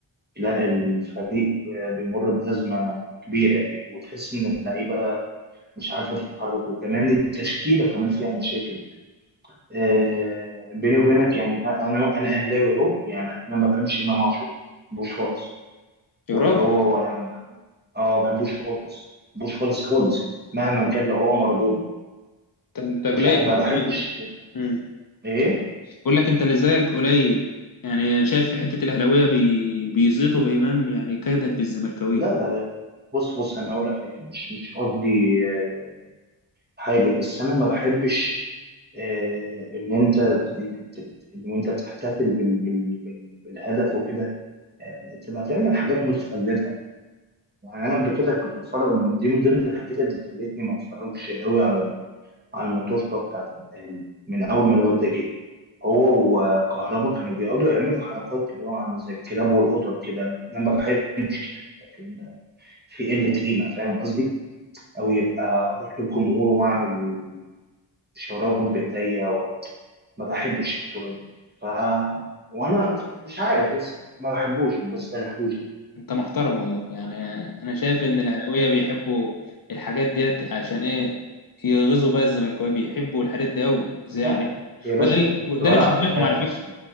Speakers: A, on the right; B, on the left.
A: لا الفريق بيمر بازمه كبيره يعني وتحس ان اللعيبه مش عارفه تتحرك وكمان التشكيله كمان فيها مشاكل آه، بيني وبينك يعني انا انا اهلاوي اهو يعني انا ما بحبش امام عاشور ما بحبوش خالص
B: يا
A: ولا
B: راجل
A: هو ولا أنا. اه ما بحبوش خالص ما بحبوش خالص خالص يعني مهما كان لو هو مارادونا
B: انت انت
A: مش
B: قليل
A: ه- ما
B: في الزمن
A: بحبش
B: ده امم
A: ايه
B: بقول لك انت اللي زيك قليل يعني انا شايف حته الاهلاويه بي... بيزيطوا بامام يعني كيدا في الزملكاويه
A: لا لا لا لا. بص بص انا اقول لك حاجه مش مش قصدي آه، حاجه بس انا ما بحبش آه، ان انت ان انت بتحتفل بال- بال- بال- بالهدف وكده آه، تبقى تعمل حاجات متخلفه يعني انا قبل كده كنت بتفرج من دي من ضمن الحاجات اللي خلتني ما اتفرجش قوي على على الماتشات بتاعت الاهلي من اول ما الواد ده جه هو وكهربا كانوا بيقعدوا يعملوا حركات كده عامل زي الكلاب والقطط كده انا ما بحبش الكلام ده في قله قيمه فاهم قصدي او يبقى اروح للجمهور واعمل اشارات بايديا و- ما بحبش الطرق دي ف وانا مش عارف بس ما بحبوش ما بستريحلوش يعني
B: انت محترم والله يعني انا شايف ان الاهلاويه بيحبوا الحاجات ديت عشان ايه يغيظوا بقى الزملكاويه بيحبوا الحاجات دي قوي زي
A: لا
B: يعني
A: يا باشا
B: وده اللي
A: كنت
B: وده
A: بلعب
B: اللي مشجعهم
A: في الاهلي
B: على فكره
A: اصلا